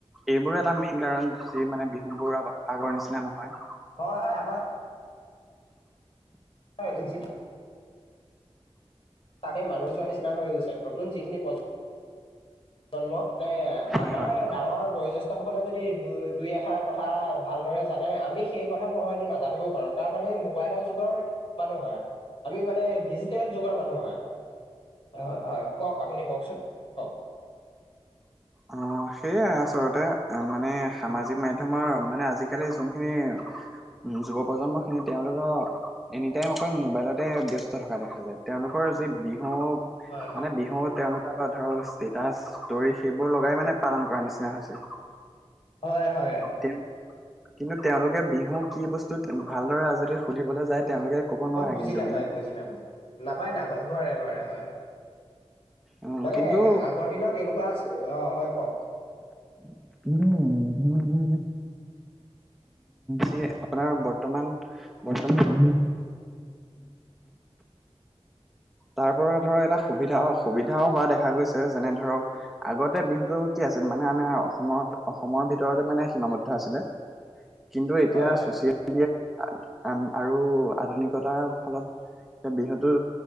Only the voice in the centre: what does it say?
এইবোৰ এটা মেইন কাৰণ যি মানে বিহুবোৰআগৰ নিচিনা নহয়।
হয়
হয়
অ, সেইয়াই আচলতে মানে সামাজিক মাধ্যমৰ মানে আজিকালি যোনখিনি, উম, যুৱ প্ৰজন্মখিনি তেওঁলোকৰ এনিটাইম অকল মোবাইলতে ব্যস্ত থকা দেখা যায়, তেওঁলোকৰ যি বিহু,
মানে
বিহু তেওঁলোকে ধৰক ষ্টেটাচ দি, সেইবোৰ লগাই মানে পালন কৰা নিচিনা হৈছে।
তে কিন্তু তেওঁলোকে বিহু কি বস্তু, ভালদৰে যদি সুধিবলৈ যায় তেওঁলোকে, ক'ব নোৱাৰে
কিন্তু
বিহু,
উম
কিন্তু
<unintelligible> উম, চে আপোনাৰ বৰ্তমান বৰ্তমান <inaudible> তাৰ পৰা ধৰক এটা সুবিধা সুবিধাও হোৱা দেখা গৈছে যেনে ধৰক আগতে বিহুটো কি আছিল মানে আনে অসমত অসমৰ ভিতৰতে মানে সীমাবদ্ধ আছিলে। কিন্তু এতিয়া
চচিয়েল <unintelligible> আৰু আধুনিকতাৰ ফলত এতিয়া বিহুতো